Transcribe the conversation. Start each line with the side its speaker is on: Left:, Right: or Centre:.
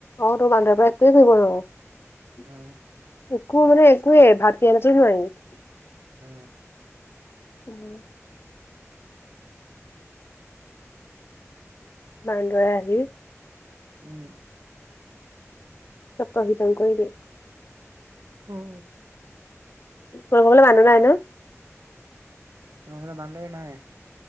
Left: অ ত বানদাৰ পৰা একোৱে কৰিব নোৱাৰি
Right: অ
Left: একো মানে একে ভাত। <inaudible> নোৱাৰি উম
Right: অ
Left: মান্দৰে আহি
Right: উম
Left: চকা সিিতাম কৰিৈিলে <inaudible>
Right: উম
Left: কৰিববলৈ মানুহ নাই ন
Right: অে বান্দৰ নাই